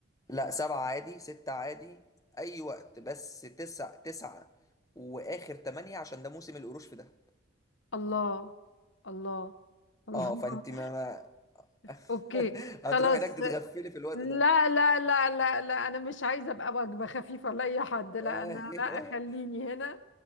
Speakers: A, on the left (about 15°); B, on the left (about 65°).
A: لا سبعة عادي ستة عادي اي وقت بس تسعة تسعة واخر تمانية عشان ده موسم القروش في ده
B: الله الله الله
A: اه فانت ما, ما
B: <laughs>
A: <laughs>
B: اوكي خلاص
A: هتروح هناك تتغفلي في
B: لا
A: الوقت ده
B: لا لا لا لا انا مش عايزه ابقى وجبه خفيفه لاي حد لا
A: ايوه
B: انا لا خليني هنا